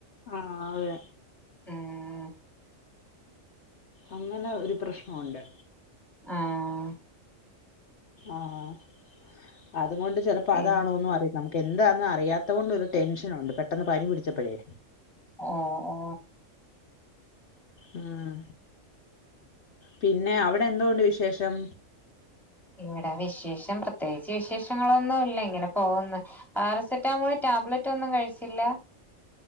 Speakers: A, on the left (about 60°); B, in the centre.
A: ആ അതെ
B: ഉം
A: അങ്ങനെ ഒരു പ്രശ്നം ഉണ്ട്
B: ആഹ്
A: ആഹ് അതുകൊണ്ട് ചെലപ്പോ
B: പിൻ
A: അതാണോന്ന് അറി നമ്മക്ക് എന്താന്ന് അറിയാത്ത കൊണ്ട് ഒരു ടെൻഷനുണ്ട് പെട്ടെന്ന് പനി പിടിച്ചപ്പഴേ
B: ഓ ഓ
A: ഉം പിന്നെ അവിടെ എന്തോണ്ട് വിശേഷം
B: ഇവിടെ വിശേഷം പ്രത്യേകിച്ച് വിശേഷങ്ങളൊന്നുല്ല ഇങ്ങനെ പോവുന്ന് പാരസെറ്റാമോള് ടാബ്ലറ്റ് ഒന്നും കഴിച്ചില്ല